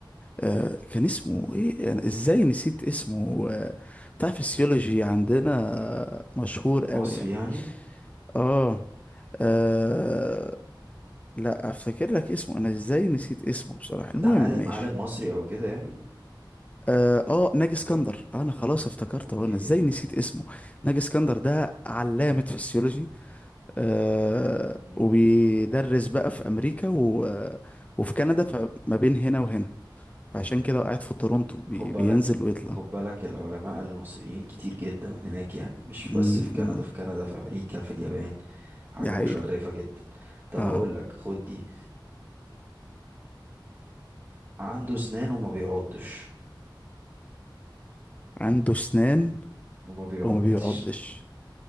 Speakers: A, on the left; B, on the right.
A: آه، كان اسمه ايه أنا ازاي نسيت اسمه آه بتاع فيسيولوجي عندنا آه، مشهور قوي
B: مصر
A: يعني
B: يعني
A: آه, آه لا افتكر لك اسمه انا ازاي نسيت اسمه بصراحة
B: ده
A: المهم
B: عالم
A: ماشي
B: عالم مصري او كده يعني
A: اه آه، ناجي اسكندر انا خلاص افتكرت
B: اوكي
A: هو انا ازاي نسيت اسمه ناجي اسكندر ده علامة فسيولوجي آه
B: مم.
A: وبيدرس بقى في امريكا و... آه، وفي كندا فما بين هنا وهنا فعشان كده قاعد في تورونتو بي...
B: خد بالك
A: بينزل ويطلع
B: خد بالك العلماء المصريين كتير جدا هناك يعني مش بس
A: امم
B: في كندا في كندا في امريكا في اليابان حاجة
A: دي حقيقة
B: متشرفة جدا طب
A: اه
B: هقول لك خد دي عنده اسنان وما بيعضش
A: عنده اسنان
B: وما بيعضش
A: وما بيعضش